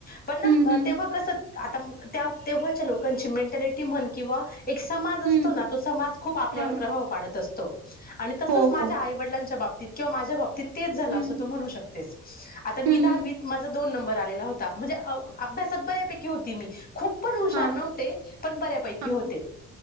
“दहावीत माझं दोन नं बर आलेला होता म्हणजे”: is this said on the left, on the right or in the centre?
Left